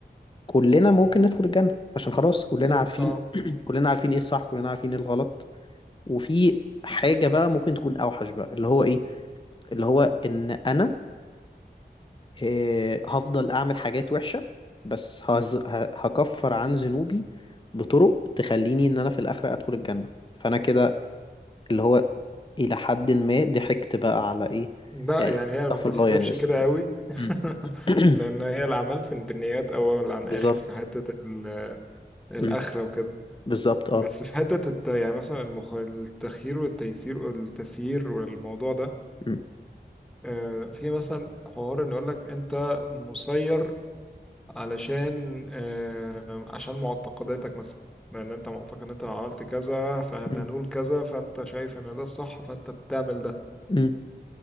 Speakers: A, on the left; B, in the centre.
A: كلنا ممكن ندخل الجنة عشان خلاص كلنا
B: بالظبط
A: عارفين
B: آه.
A: كلنا عارفين ايه الصح كلنا عارفين ايه الغلط وفي حاجة بقى ممكن تكون أوحش بقى اللي هو ايه اللي هو إن أنا آه، هفضل أعمل حاجات وحشة بس هز... ه- هكفر عن ذنوبي بطرق تخليني إن أنا في الآخرة أدخل الجنة فأنا كده اللي هو إلى حد ما ضحكت بقى على إيه
B: لا
A: يعني
B: يعني هي
A: استغفر
B: ما بتتحسبش
A: الله يعني بس
B: كده قوي <laughs>
A: مم. <clears throat>
B: لان هي العمل في بالنيات اول عن
A: بالظبط
B: اخر في حته ال- الاخره
A: مم.
B: وكده
A: بالظبط
B: بس
A: اه
B: في حته الت... يعني مثلا المخ... التخيير والتيسير والتسيير والموضوع ده
A: مم.
B: آه، في مثلا حوار ان يقول لك انت مسير علشان آه، عشان معتقداتك مثلا لان انت معتقد ان انت لو عملت كذا فهتنول
A: مم.
B: كذا فانت شايف ان ده الصح فانت بتعمل ده
A: مم.